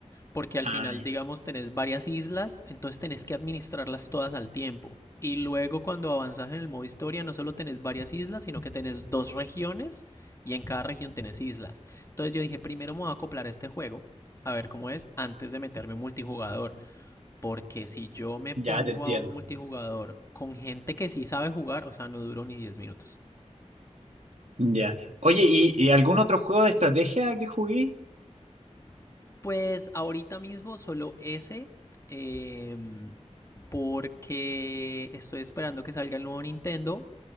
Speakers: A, on the left; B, on the right.
A: porque al
B: Ah,
A: final, digamos, tenés varias islas, entonces tenés que administrarlas todas al tiempo. Y luego cuando avanzas en el modo historia, no solo tenés varias islas, sino que tenés dos regiones y en cada región tenés islas. Entonces yo dije, primero me voy a acoplar a este juego, a ver cómo es, antes de meterme un multijugador. Porque si yo me
B: ya,
A: pongo
B: ya te entiendo.
A: a un multijugador con gente que sí sabe jugar, o sea, no duró ni diez minutos.
B: Ya. Oye, ¿y, y algún otro juego de estrategia que jugué?
A: Pues ahorita mismo solo ese eh, porque estoy esperando que salga el nuevo Nintendo